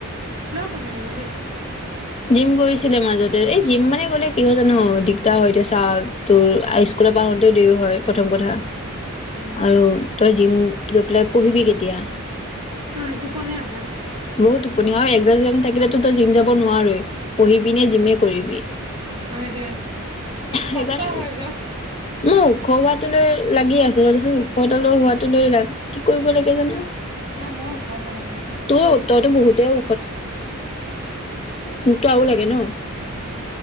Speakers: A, on the right; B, on the left.
A: কমিলে মানে
B: জিম কৰিছিলে মাজতে এই জিম মানে গলে কি হয় জানো দিগদাৰ হয়তিয়া চা তোৰ স্কুলত পা আহোঁতে দেৰিও হয় প্ৰথম কথা
A: উম
B: আৰু তই জিম গৈ পেলাই পঢ়িবি কেতিয়া
A: উম টোপনি আহে
B: বহুত টোপনি একজাম থাকিলেতো জিমাব নোৱাৰই পঢ়িবি
A: উম,
B: নে যিমে কৰিবি
A: সেইটোৱে কষ্ট
B: সেইকাৰণে
A: হয় যে।
B: ম ওখ হোৱাটো লৈ লাগি আছোঁ তাৰপিছত ওখটা লৈ হ লাক কি কৰিব লাগে জানো
A: এ ময়ো ওখ হ'ব লাগে,
B: তোৰ ততো বহুতে ও মোকটো আৰু লাগে ন